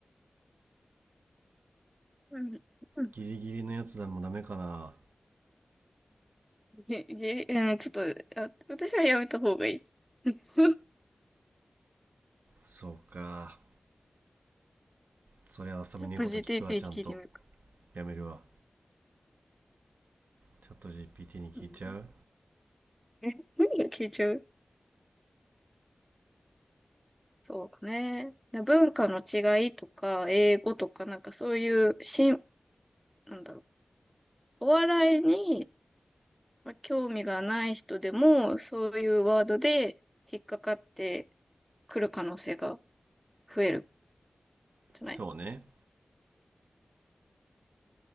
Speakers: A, in the centre; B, on the right (about 80°).
A: うん。うん
B: ギリギリのやつでもダメかな
A: げ、げ、うん、ちょっと、あ、私はやめた方がいい。<laughs>
B: そうかそりゃあさみの言うこと聞くわちゃんと
A: ちょっと GTP 聞いてみるか。
B: やめるわチャット GPT に聞いちゃう
A: うん。え、何が聞いちゃうそうね。文化の違いとか、英語とか、なんかそういう、しん、なんだろう。お笑いに、まあ、興味がない人でも、そういうワードで引っかかってくる可能性が増えるじゃない。
B: そうね